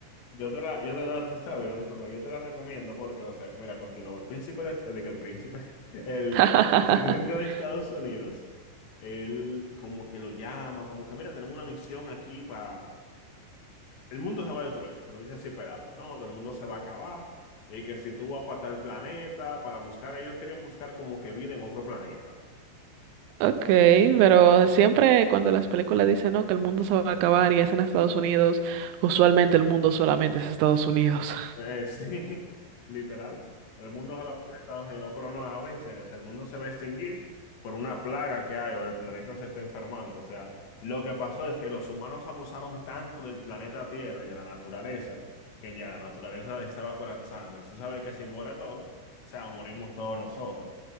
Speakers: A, on the left; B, on the right.
A: Yo te la, yo te, no, te estaba viendo, disculpa, yo te la recomiendo porque, o sea, mira, continúo. El príncipe, de, de que el príncipe, <laughs> el
B: <laughs>
A: presidente de Estados Unidos, él como que lo llama, como que, mira, tenemos una misión aquí para, el mundo se va a destruir, pero dice así, pelado, ¿no? Que el mundo se va a acabar y que si tú vas para tal planeta, para buscar, ellos querían buscar como que vida en otro planeta.
B: Ok, pero siempre cuando las películas dicen, no, que el mundo se va a acabar y es en Estados Unidos, usualmente el mundo solamente es Estados Unidos.
A: Eh, sí, <laughs> literal. El mundo es a la muerte de Estados Unidos, pero no, ahora en serio, o sea, el mundo se va a extinguir por una plaga que hay o el planeta se está enfermando. O sea, lo que pasó es que los humanos abusaron tanto del planeta Tierra y de la naturaleza que ya la naturaleza estaba colapsando. Y tú sabes que si muere todo, o sea, morimos todos nosotros.